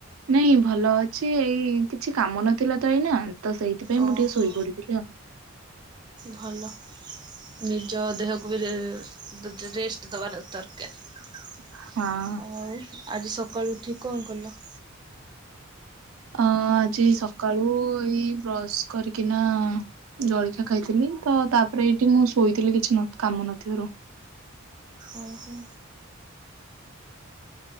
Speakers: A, on the right (about 90°); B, on the right (about 20°).
A: ନାଇଁ ଭଲ ଅଛି ଏଇ କିଛି କାମ ନଥିଲା ତ ଏଇନା। ତ ସେଇଥିପାଇଁ
B: ଓହୋ
A: ମୁଁ ଟିକେ ଶୋଇ ପଡିଥିଲି ଆଉ।
B: ଭଲ। ନିଜ ଦେହକୁ ବିରେଷ୍ଟ ଦେବାଲ ଦରକାର।
A: ହଁ।
B: ଆଉ ଆଜି ସକାଳୁ ଉଠିକି କଣ କଲ?
A: ଅ ଆଜି ସକାଳୁ ଏଇ ବ୍ରଶ କରିକିନା ଜଳଖିଆ ଖାଇଥିଲି ତ ତାପରେ ଏଇଠି ମୁଁ ଶୋଇଥିଲି କିଛି କାମ ନଥିବାରୁ।
B: ଓହୋ।